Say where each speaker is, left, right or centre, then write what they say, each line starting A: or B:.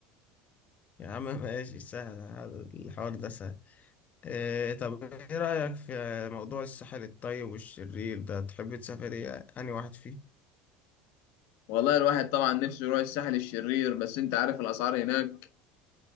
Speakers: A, on the left; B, on the left.
A: يا عم ماشي سهل هذا الحوار ده سهل إيه طب إيه رأيك في موضوع الساحل الطيب والشرير ده تحب تسافر إيه أنهي واحد فيه؟
B: والله الواحد طبعا نفسه يروح الساحل الشرير بس انت عارف الاسعار هناك